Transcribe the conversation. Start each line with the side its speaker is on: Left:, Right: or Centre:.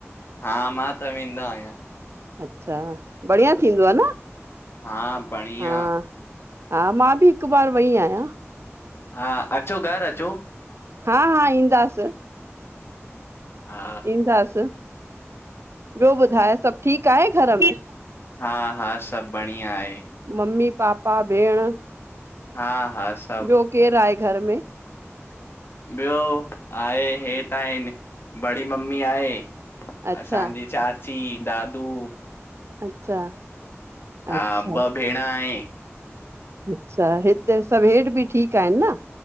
Left: हा मां त वेंदो आहियां।
Right: अच्छा। बढ़िया थींदो आ न?
Left: हा बढ़िया।
Right: हा हा। मां बि हिकु बार वई आहियां।
Left: हा, अचो घरु अचो।
Right: हा हा, ईंदासीं।
Left: हा
Right: ईंदासी। ॿियो ॿुधाए सभु ठीकु आहे घर में?
Left: हा हा, सभु बढ़िया आहे।
Right: मम्मी, पापा, भेण
Left: हा, हा। सभु
Right: ॿियो केरु आहे घर में?
Left: ॿियो आहे, हे त आहिनि बड़ी मम्मी आहे,
Right: अच्छा
Left: असांजी चाची, दादू
Right: अच्छा।
Left: हा
Right: अच्छा
Left: ॿ भेण आहे।
Right: अच्छा हिते सभु हेठ बि ठीक आहिनि न?